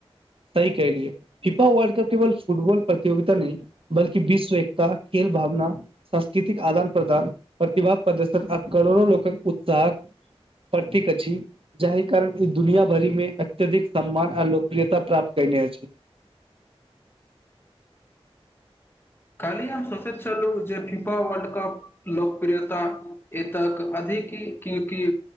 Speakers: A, on the right; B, on the left.
A: सही कहलियै, फिफा वर्ल्ड कप केवल फुटबॉल प्रतियोगिता नहि बल्कि विश्व एक खेल भावना, सांस्कृतिक आदान प्रदान, प्रतिभा प्रदर्शन आ करोड़ो लोक उत्साह त प्रतीक अछि जाहि कारण ई दुनिया भरिमे अत्यधिक सम्मान आ लोकप्रियता प्राप्त कयने अछि।
B: कल्हि हम सोचैत छलहुँ जे फीफा वर्ल्ड कप लोकप्रियता एतेक अधिक की